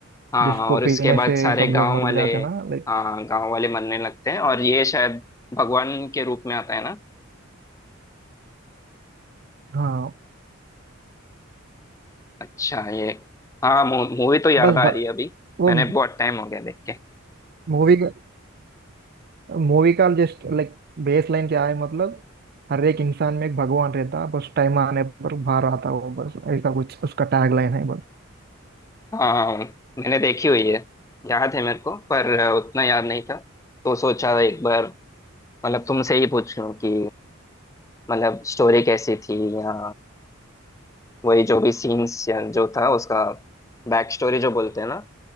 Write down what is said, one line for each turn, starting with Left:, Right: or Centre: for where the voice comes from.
Left: हाँ
Right: जिसको
Left: और
Right: पीने
Left: इसके बाद
Right: से
Left: सारे
Right: सब
Left: गांव
Right: लोग मर
Left: वाले
Right: जाते ना लाइक
Left: हाँ गांव वाले मरने लगते हैं और ये शायद भगवान के रूप में आता है ना
Right: हाँ
Left: अच्छा ये हाँ मूवी तो याद
Right: बस
Left: आ
Right: ब,
Left: रही है अभी
Right: वो
Left: मैंने बहुत टाइम हो गया देख के
Right: मूवी का मूवी का जस्ट लाइक बेस लाइन क्या है मतलब हर एक इंसान में एक भगवान रहता बस टाइम आने पर बाहर आता वो बस ऐसा कुछ उसका टैग लाइन है बस
Left: हाँ मैंने देखी हुई है याद है मेरे को पर उतना याद नहीं था तो सोचा एक बार मतलब तुमसे ही पूछ लूं कि मतलब स्टोरी कैसी थी या वही जो भी सीन्स या जो था उसका बैक स्टोरी जो बोलते हैं ना